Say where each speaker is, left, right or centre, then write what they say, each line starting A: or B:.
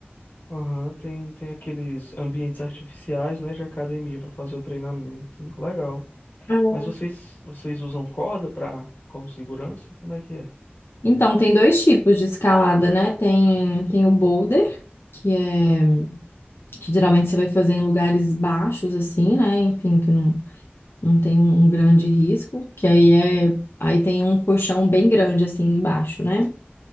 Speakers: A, on the left; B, on the left.
A: Aham, tem, tem aqueles ambientes artificiais, né, de academia para fazer o treinamento. Legal.
B: Ah.
A: Mas vocês, vocês usam corda para como segurança? Como é que é?
B: Então, tem dois tipos de escalada, né? Tem, tem o boulder, que é que geralmente você vai fazer em lugares baixos, assim, né? Enfim, que não, não tem um, um grande risco, que aí é aí tem um colchão bem grande assim embaixo, né?